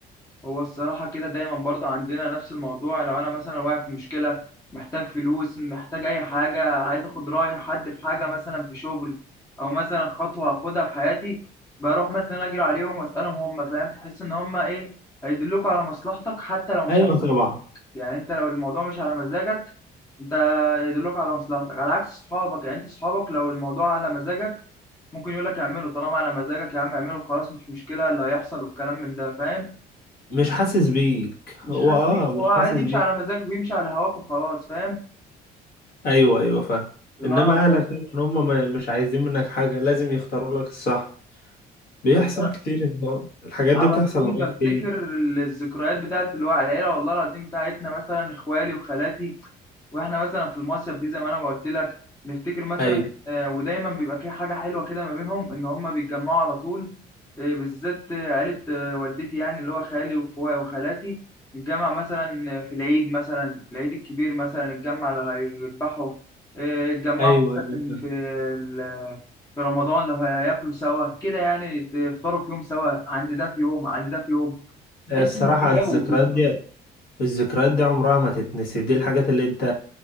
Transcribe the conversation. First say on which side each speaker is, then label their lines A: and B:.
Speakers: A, on the left (about 20°); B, on the left (about 60°).
A: هو الصراحة كده دايما برضه عندنا نفس الموضوع لو أنا مثلا واقع في مشكلة محتاج فلوس محتاج أي حاجة عايز أخد رأي حد في حاجة مثلا في شغل أو مثلا خطوة هاخدها في حياتي بروح مثلا أجري عليهم وأسألهم هم فاهم تحس إن هم إيه هيدلوك على مصلحتك حتى لو مش
B: ايوه
A: على مزاجك.
B: طبعا
A: يعني أنت لو الموضوع مش على مزاجك أنت يدلوك على مصلحتك على عكس صحابك يعني أنت صحابك لو الموضوع على مزاجك ممكن يقول لك اعمله طالما على مزاجك يا عم اعمله خلاص مش مشكلة اللي هيحصل والكلام من ده فاهم
B: مش حاسس بيك
A: مش
B: هو
A: حاسس
B: اه
A: بيك
B: مش
A: هو عايز
B: حاسس
A: يمشي
B: بيك
A: على مزاجك ويمشي على هواك وخلاص فاهم
B: ايوه ايوه فاهم
A: بمعنى
B: انما
A: صح
B: اهلك طبعا هم ما- مش عايزين منك حاجه لازم يختاروا لك الصح بيحصل
A: بس انا
B: كتير إن هو- الحاجات
A: على
B: دي بتحصل
A: طول
B: معايا
A: بفتكر
B: كتير
A: الذكريات بتاعت الوعي، العيله والله العظيم بتاعتنا مثلا اخوالي وخالاتي واحنا مثلا في المصيف دي زي ما انا ما قلت لك نفتكر مثلا
B: ايوه
A: آه، ودايما بيبقى في حاجه حلوه كده ما بينهم ان هم بيتجمعوا على طول آه، بالذات آه، عيله آه، والدتي يعني اللي هو خالي واخويا وخالاتي نتجمع مثلا في العيد مثلا العيد الكبير مثلا نتجمع لو هيذبحوا آه، نتجمعوا
B: ايوه
A: مثلا
B: ايوه فاهم
A: في ال- في رمضان لو هياكلوا سوا كده يعني يفطروا في يوم سوا عند ده في يوم عند ده في يوم
B: الصراحه
A: تحس ان في جو
B: الذكريات
A: كده
B: دي الذكريات دي عمرها ما تتنسي دي الحاجات اللي انت